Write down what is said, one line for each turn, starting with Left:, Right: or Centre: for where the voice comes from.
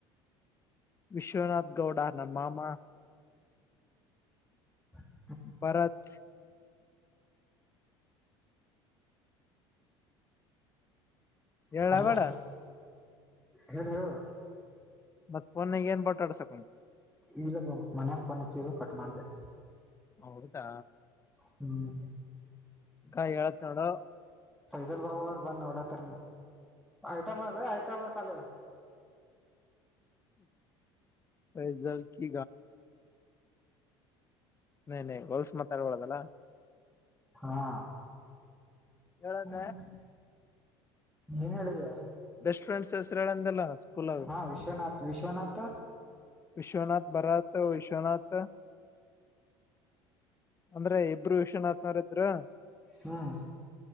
Left: ವಿಶ್ವನಾಥ್ ಗೌಡ ನಮ್ ಮಾಮ
Centre: ಅ
Left: ಭಾರತ್ ಏಳ
Centre: ಹಲೋ
Left: ಬೇಡ
Centre: ಹೇಳ ಹೇಳು
Left: ಮತ್ತಫೋನ್ ಏನ್ ಬಠಾಡಸಕು
Centre: ಇರದು ಮನೆಗೆ ಫೋನ ಹಚೀರು ಕಟ್ ಮಾಡತೇವೆ
Left: ಹ ಹೌದಾ
Centre: ಹ್ಮ್
Left: ಹಿ ಗಾ ಹೇಳತಿ ನೋಡು
Centre: ಜಲ್ ಬಾಬಾ ಅವರು ಬಂದ್ ನೋಡತ ಐಟಮ ಅ ಐಟಮ್ಸಾಲೆ
Left: ಪೈಜಲ್ ಕಿ ನನ ಗಲ್ಸ್ ಮಾತಾಡ್ಬ ಡದಲ್ಲ
Centre: ಹಾ
Left: ಹೇಳಂದೆ
Centre: ಹ್ಮ ಏನ್ ಹೇಳುದ
Left: ಬೆಸ್ಟ್ ಫ್ರೆಂಡ್ಸ್ ಹೆಸರು ಹೇಳಂದಲ್ಲ ಸ್ಕೂಲಾಗ
Centre: ಹಾ ವಿಶ್ವನಾಥ ವಿಶ್ವನಾಥ
Left: ವಿಶ್ವನಾಥ್ ಭರತ್ ವಿಶ್ವನಾಥ ಅಂದ್ರೆ ಇಬ್ರು ವಿಷ್ಯನ್ತ್ನಾರತ್ರ್ರ
Centre: ಹ್ಮ್